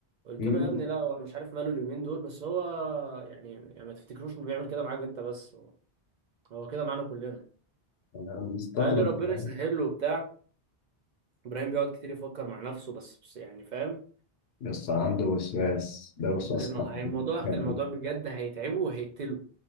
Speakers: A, on the right; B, on the left.
A: قلت
B: مم.
A: له يا ابني لا هو انا مش عارف ماله اليومين دول بس هو يعني يعني ما تفتكروش انه بيعمل كده معاك انت بس هو, هو كده معانا كلنا
B: انا مستغرب
A: فقال لي ربنا
B: والله.
A: يسهل له وبتاع ابراهيم بيقعد كتير يفكر مع نفسه بس, بس يعني فاهم
B: بس عنده وسواس ده وسواس
A: الم-
B: قهري
A: الموضوع
B: بجد
A: الموضوع بجد هيتعبه وهيقتله